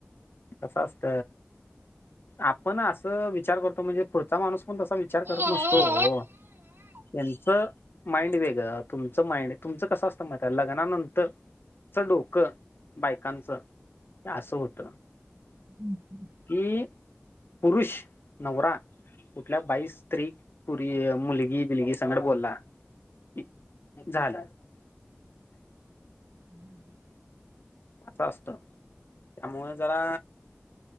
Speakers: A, on the left; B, on the right.
A: कस असत आपण असं विचार करतो म्हणजे पुढचा माणूस पण तसा विचार
B: ओ.
A: करत नसतो ओ त्यांचं माइंड वेगळं तुमचं माइंड तुमचं कसं असतं माहिती ये लग्नानंतर - तुमचं डोकं बायकांच हे असं होतं.
B: हं हं
A: कि पुरुष, नवरा कुठल्या बाईस, स्त्री, पोरगी, मुलगी बिलगी सगत बोलला. की झालं
B: हं
A: अस असतं त्यामुळे जरा